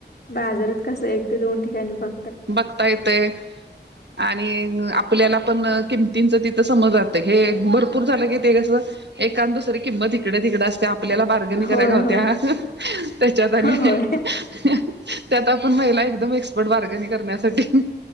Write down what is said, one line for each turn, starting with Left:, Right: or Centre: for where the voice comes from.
Left: बाजारात कस एक ते दोन ठिकाणी बघ
Right: बघता येतय <inaudible> आणि आपल्याला पण किमतींचं तिथं समज हे भरपूर झालं की ते एकांन दुसरं किंमत तिकडे- तिकड असते आपल्याला बार्गनी करायला
Left: होय
Right: गावत्या
Left: होय
Right: त्याच्यात <inaudible>
Left: होय.
Right: त्यात आपण महिला एकदम एक्सपर्ट बार्गनी कर करण्यासाठी